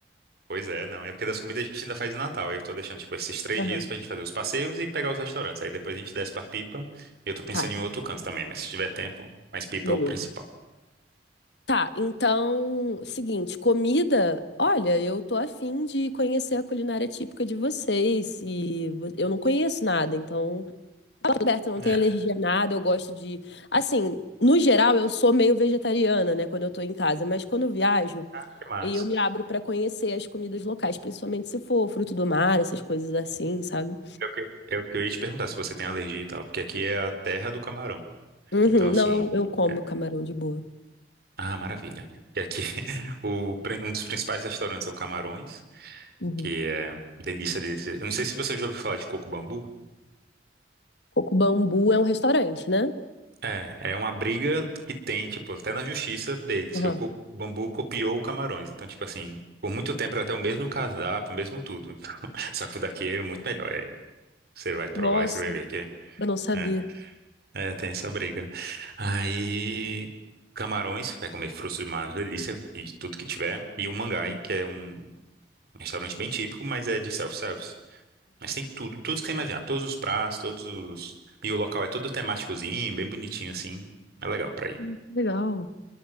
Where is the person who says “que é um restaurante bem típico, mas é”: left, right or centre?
Right